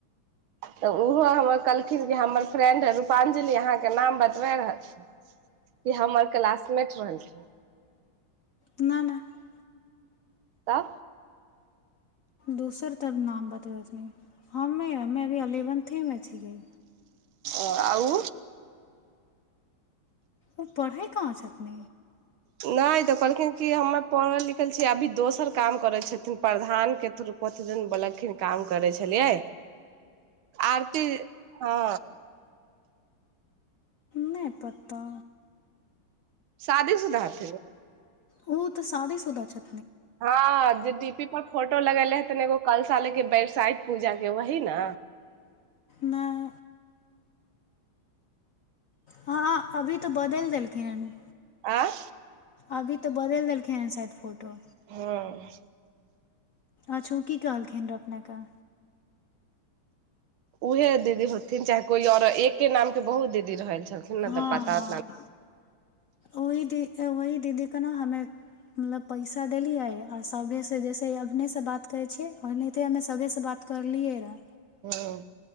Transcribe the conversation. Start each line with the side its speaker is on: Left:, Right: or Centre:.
Right: तऽ ओहो हमर कहलखिन कि हमर फ्रेंड रूपांजलि अहाँके नाम बतबा रहलन कि हमर क्लासमेट रहलखिन
Left: नहि नहि
Right: तऽ
Left: दोसर तर नाम बतबैथिनी हमेी हमे अभी अलीवन्थीमे छियै
Right: ओ आउ
Left: ओ पढ़ै कहाँ छथिन
Right: नहि तऽ कहलखिन कि हममे पढ़ल लिखल छिय अभी दोसर काम करै छथिन प्रधान के थ्रू कथ दिन बोलखिन काम करै छलियै आरती हँ
Left: नहि पतौ
Right: साादी सुध हथ
Left: ओ तऽ साधे सुधा छ
Right: हँ अज ीपी पर फोटो लगेले हे तन एगो कलशा ले के बैरसाइत पूजा के वही ने
Left: नहि हँ अभी तऽ बदलि देलखिन हन
Right: आँ
Left: अभी तऽ बदलि देलखिन हँ शायद फोटो
Right: हँ
Left: अच्छा ओ की कहलखिन रहए अपनेकेँ
Right: उहे दीदी होथिन चाहे कोइ आओर एके नामके बहुत दीदी रहल छलखिन ने
Left: हँ
Right: तऽ पता
Left: हँ ओहि दी ओहि दीदीे ने हमे मतलब पैसा देलिए आओ सभेसँ जैसे अपभनेसँ बात करै छियै आओर नहिते हमे सभेसँ बात करलियै रऽ
Right: हँ